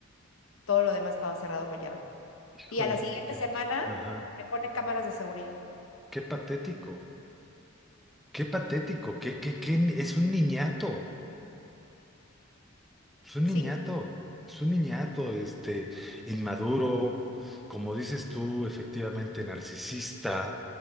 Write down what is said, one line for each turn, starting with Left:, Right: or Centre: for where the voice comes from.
Left: todo lo demás estaba cerrado con llave.
Centre: Híjole,
Left: Y a la siguiente
Centre: qué,
Left: semana
Centre: ajá.
Left: me pone cámaras de seguridad.
Centre: Qué patético. Qué patético. Qué, qué, qué, ni- es un niñato. Es un
Left: Sí,
Centre: niñato. Es un niñato, este, inmaduro, como dices tú, efectivamente narcisista,